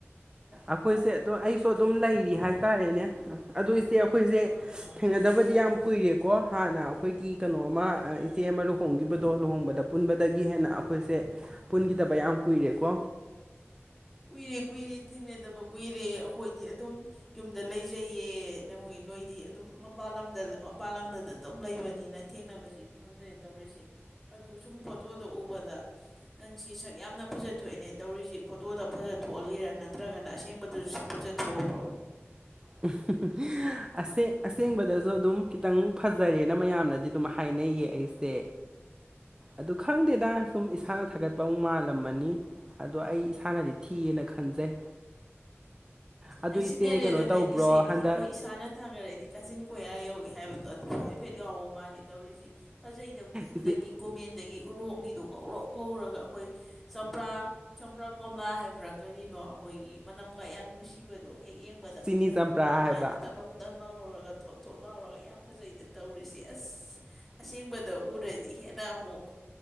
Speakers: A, on the right; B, in the centre.
A: ꯑꯩꯈꯣꯏꯁꯦ ꯑꯗꯨꯝ ꯑꯩꯁꯨ ꯑꯗꯨꯝ ꯂꯩꯔꯤ ꯍꯥꯏꯇꯥꯔꯦꯅꯦ ꯑꯗꯨ ꯏꯆꯦ ꯑꯩꯈꯣꯏꯁꯦ ꯊꯦꯡꯅꯗꯕꯗꯤ ꯌꯥꯝ ꯀꯨꯏꯔꯦꯀꯣ ꯍꯥꯟꯅ ꯑꯩꯈꯣꯏꯒꯤ ꯀꯩꯅꯣꯃ ꯏꯆꯦ ꯑꯃ ꯂꯨꯍꯣꯡꯈꯤꯕꯗꯣ ꯂꯨꯍꯣꯡꯕꯗ ꯄꯨꯟꯕꯗꯒꯤ ꯍꯦꯟꯅ ꯑꯩꯈꯣꯏꯁꯦ ꯄꯨꯟꯈꯤꯗꯕ ꯌꯥꯝ ꯀꯨꯏꯔꯦꯀꯣ
B: ꯀꯨꯏꯔꯦ ꯀꯨꯏꯔꯦ ꯊꯦꯡꯅꯗꯕ ꯀꯨꯏꯔꯦ ꯑꯩꯈꯣꯏꯗꯤ ꯑꯗꯨꯝ ꯌꯨꯝꯗ ꯂꯩꯖꯩꯌꯦ ꯅꯪꯏ ꯅꯣꯏꯗꯤ ꯑꯗꯨꯝ ꯃꯄꯥꯜ ꯂꯝꯗ ꯃꯄꯥꯥꯟ ꯂꯝꯗꯗ ꯑꯗꯨꯝ ꯂꯩꯕꯅꯤꯅ ꯊꯦꯡꯅꯕꯁꯤ ꯐꯪꯗ꯭ꯔꯦ ꯇꯧꯔꯤꯁꯦ ꯑꯗꯨ ꯁꯨꯝ ꯐꯣꯇꯣꯗ ꯎꯕꯗ ꯅꯪ ꯁꯤ ꯁꯛ ꯌꯥꯝꯅ ꯐꯖꯊꯑꯦꯅꯦ ꯇꯧꯔꯤꯁꯤ ꯐꯣꯇꯣꯗ ꯐꯖ ꯊꯣꯛꯍꯜꯂꯤꯔꯥ ꯅꯠꯇ꯭ꯔꯒꯅ ꯑꯁꯦꯡꯕꯗꯨꯁꯨ ꯁꯛ ꯐꯖ ꯊꯣꯛꯑꯕ꯭ꯔꯣ
A: <unintelligible> ꯑꯁꯦꯡꯕꯗꯁꯨ ꯑꯗꯨꯝ ꯈꯤꯇꯪ ꯐꯖꯔꯦꯅ ꯃꯌꯥꯝꯅꯗꯤ ꯑꯗꯨꯝ ꯍꯥꯏꯅꯩꯌꯦ ꯑꯩꯁꯦ
B: <inaudible>
A: ꯑꯗꯨ ꯈꯪꯗꯦꯗ ꯁꯨꯝ ꯏꯁꯥꯅ ꯊꯥꯒꯠꯄ ꯑꯃꯨꯛ ꯃꯥꯜꯂꯝꯃꯅꯤ ꯑꯗꯣ ꯑꯩ ꯏꯁꯥꯅꯗꯤ ꯊꯤꯑꯦꯅ ꯈꯟꯖꯩ ꯑꯗꯨ
B: ꯍꯩꯆꯟꯅꯔꯦꯗ
A: ꯏꯆꯦ ꯀꯩꯅꯣ ꯇꯧꯕ꯭ꯔꯣ
B: ꯅꯪꯒꯤꯁꯦ ꯑꯦ
A: ꯍꯟꯗꯛ
B: ꯑꯩꯈꯣꯏ ꯏꯁꯥꯅ ꯊꯥꯒꯡꯔꯗꯤ ꯀꯥꯆꯤꯟ ꯀꯣꯏꯌꯥ ꯌꯧꯏ ꯍꯥꯏꯕꯗꯣ ꯑꯗꯨꯁꯨ ꯍꯥꯏꯐꯦꯠ ꯌꯥꯎꯕ ꯃꯥꯜꯂꯤ ꯇꯧꯔꯤꯁꯤ ꯐꯖꯩꯗ ꯀꯨꯆꯨꯗꯒꯤ
A: ꯏꯆꯦ
B: ꯀꯣꯃꯦꯟꯗꯒꯤ ꯎꯔꯣꯛꯅꯤꯗꯣ ꯉꯧꯔꯣꯛ ꯉꯧꯔꯒ ꯑꯩꯈꯣꯏ ꯆꯝꯄ꯭ꯔꯥ ꯆꯝꯄ꯭ꯔꯥ ꯀꯣꯝꯂꯥ ꯍꯥꯏꯕ꯭ꯔꯥ ꯀꯔꯤꯅꯣ ꯑꯩꯈꯣꯏꯒꯤ ꯃꯅꯝꯒ ꯌꯥꯝ ꯅꯨꯡꯁꯤꯕꯗꯣ ꯍꯦꯛ ꯌꯦꯡꯕꯗ ꯐꯖꯕꯗꯣ
A: ꯆꯤꯅꯤ ꯆꯝꯄ꯭ꯔꯥ
B: ꯑꯗꯨꯃꯥꯏꯅ
A: ꯍꯥꯏꯕ
B: ꯇꯅꯧ ꯇꯅꯧ ꯂꯧꯧꯔꯒ ꯊꯣꯠ ꯊꯣꯠ ꯂꯥꯎꯔꯒ ꯌꯥꯝ ꯐꯖꯩꯗ ꯇꯧꯔꯤꯁꯤ ꯑꯁ ꯑꯁꯦꯡꯕꯗ ꯎꯗ꯭ꯔꯗꯤ ꯍꯦꯟꯅ ꯅ ꯑꯃꯨꯛ